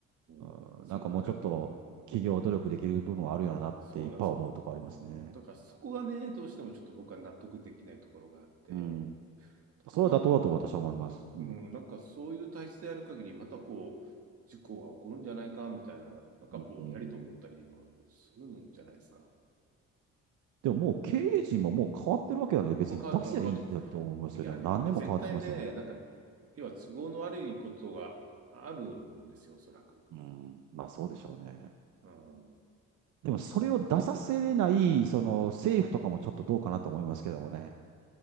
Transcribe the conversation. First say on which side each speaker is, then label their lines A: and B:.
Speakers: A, on the right; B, on the right.
A: うん、
B: ん。そんな、
A: なんかもうちょっと企業努力できる部分はあるよなっていっぱい思うとこありますね。
B: なんか、うん、そうなんですよ。うん、だからそこがね、どうしてもちょっと僕は納得できないところがあって、
A: うん。それは妥当だと私は思います。
B: もうなんか、
A: うん
B: うん、なんかそういう体質である限り、またこう、事故が起こるんじゃないか、みたいな、なんかぼんやりと思ったりもするんじゃないですか。
A: うんでももう経営陣ももう変わってるわけだね。別に出せばいいじゃんって思いますよね。
B: まあ、変わっても、う変わっていやね、
A: もう何年も変わってますよね。
B: これ絶対ね、なんか、要は都合の悪いことがあるんですよ、おそらく。
A: うんまあそうでしょうね。
B: うん
A: でもそれを出させれない、その政府とかもちょっとどうかなと思いますけどもね。